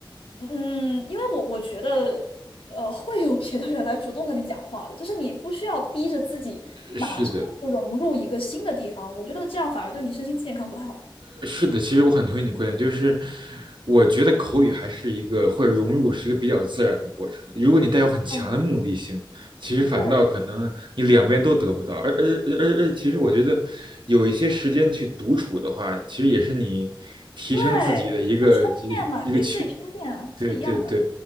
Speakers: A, on the left; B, on the right.
A: 嗯，因为我我觉得。呃，会有别的人来主动跟你讲话的，就是你不需要逼着自己马上就融入一个新的地方，
B: 是的。
A: 我觉得这样反而对你身心健康不太好。
B: 是的，其实我很同意你的观点，就是我觉得口语还是一个或者融入是一个比较自然的过程。如果你带有很强的目的性，
A: 嗯，
B: 其实反倒可能你两边都得不到。
A: 对
B: 而而而而，其实我觉得有一些时间去独处的话，其实也是你提升自己的一个一个一个渠
A: 对，就充电嘛，给自己充电啊，是一样的。
B: 对对对，